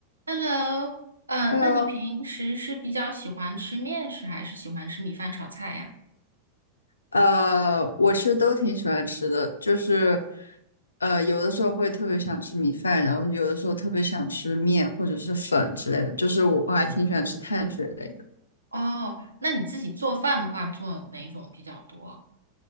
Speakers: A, on the right (about 80°); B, on the left (about 75°).
A: Hello，呃，
B: Hello，
A: 那你平时是比较喜欢吃面食，还是喜欢吃米饭炒菜呀？
B: 呃，我其实都挺喜欢吃的，就是，呃，有的时候会特别想吃米饭，然后有的时候特别想吃面或者是粉之类的，就是我我还挺喜欢吃碳水类的。
A: 哦，那你自己做饭的话，做哪种比较多？